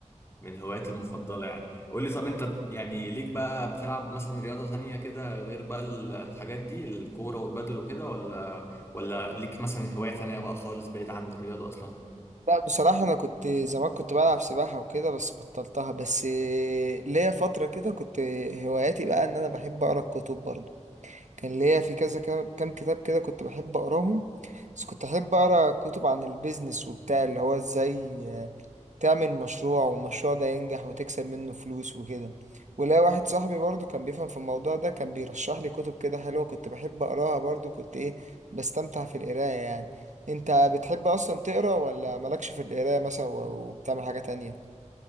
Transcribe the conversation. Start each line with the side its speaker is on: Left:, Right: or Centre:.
Left: من هواياتي المفضله يعني قول لي طب انت ب- يعني ليك بقى بتلعب مثلا رياضة تانية كده غير بقى ال- الحاجات دي الكورة والبدل وكده ولا ولا ليك مثلا هواية تانية بقى خالص بعيد عن الرياضة اصلا
Right: لا بصراحة أنا كنت زمان كنت بلعب سباحة وكده بس بطلتها بس آه، ليا فترة كده كنت هواياتي بقى إن أنا بحب أقرأ الكتب برضه كان ليا في كذا كام كام كتاب كده كنت بحب أقراهم بس كنت أحب أقرأ كتب عن البيزنس وبتاع اللي هو إزاي آه، تعمل مشروع والمشروع ده ينجح وتكسب منه فلوس وكده ولا واحد صاحبي برضو كان بيفهم في الموضوع ده كان بيرشح لي كتب كده حلوة كنت بحب أقراها برضو كنت إيه بستمتع في القراية يعني أنت بتحب أصلا تقرأ ولا مالكش في القراية مثلا و- وبتعمل حاجة تانية؟